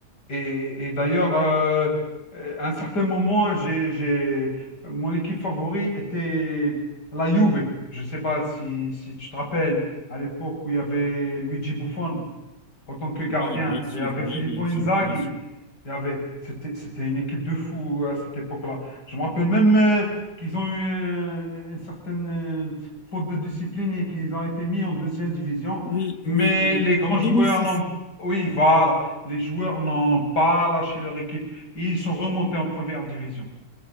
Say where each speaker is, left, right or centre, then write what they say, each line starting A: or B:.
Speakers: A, on the left; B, on the left.
A: Et, et d'ailleurs, euh, euh, à un certain moment, j'ai, j'ai- mon équipe favorite était la Juve. Je ne sais pas si, si tu te rappelles, à l'époque où il y avait Luigi Buffon. en tant que gardien.
B: oui, bien sûr,
A: Il y avait
B: oui,
A: Filippo
B: bien
A: Inzaghi.
B: sûr, bien sûr.
A: Il y avait, c'était, c'était une équipe de fous à cette époque-là. Je me rappelle même euh, qu'ils ont eu euh, une certaine euh, faute de discipline et qu'ils ont été mis en deuxième division.
B: Oui,
A: Mais
B: oui, oui.
A: les grands
B: En
A: joueurs
B: 2006.
A: n'ont, oui, voilà, les joueurs n'ont pas lâché leur équipe. Et ils sont remontés en première division.